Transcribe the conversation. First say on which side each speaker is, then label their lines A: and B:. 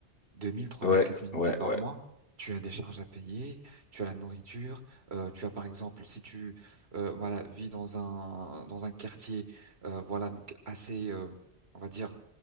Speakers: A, on the right; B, on the left.
A: 2000, 3000,
B: Ouais,
A: 4000
B: ouais,
A: euros par
B: ouais.
A: mois. Tu as des charges à payer, tu as la nourriture, euh, tu as par exemple, si tu euh, voilà, vis dans un dans un quartier, euh, voilà, donc assez, euh, on va dire,